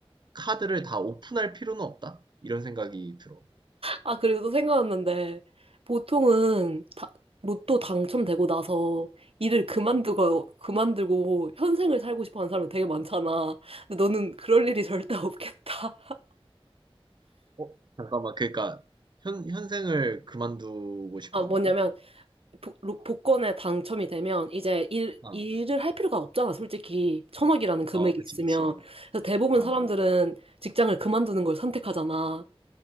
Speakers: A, on the right; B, on the right.
A: 카드를 다 오픈할 필요는 없다. 이런 생각이 들어.
B: 아, 그리고 또 생각났는데, 보통은 다, 로또 당첨되고 나서 일을 그만두고, 그만두고 현생을 살고 싶어 하는 사람이 되게 많잖아. 근데 너는 그럴 일이 절대 없겠다.
A: 어? 잠깐만. 그러니까 현, 현생을 그만두고
B: <laughs>
A: 싶어
B: 아, 뭐냐면,
A: 한다고?
B: 보, 로- 복권에 당첨이 되면 이제 일,
A: 아, 아,
B: 일을 할 필요가 없잖아, 솔직히. 천억이라는 금액이
A: 어, 그치,
B: 있으면.
A: 그치.
B: 그래서 대부분
A: 아,
B: 사람들은 직장을 그만두는 걸 선택하잖아.